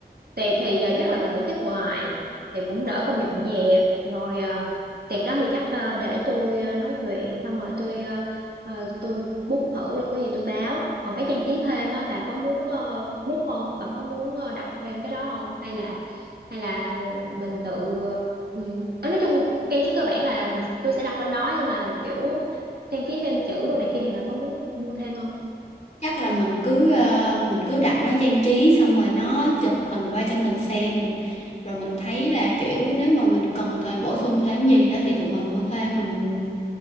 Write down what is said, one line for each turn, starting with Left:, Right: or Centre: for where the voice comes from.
Right: tiệc thì giờ chắc là mình tổ chức ngoài thì cũng đỡ công dọn dẹp rồi à, tiệc đó thì chắc à, để tôi à, nói chuyện xong rồi tôi à, à, tôi book thử rồi có gì tôi báo còn cái trang trí thêm á bà có muốn ờ, book không bà có muốn ờ, đặt thêm cái đó không hay là hay là mình tự ờ, ừ. Ờ, nói chung trang trí cơ bản là mình tôi sẽ đặt bên đó nhưng mà kiểu trang trí thêm chữ đồ này kia thì bà có muốn mua thêm không
Left: chắc là mình cứ ờ, mình cứ đặt nó trang trí xong rồi nó chụp hình qua cho mình xem mình rồi mình thấy là kiểu nếu mà mình cần thêm bổ sung thêm gì á thì tụi mình mua thêm mà mình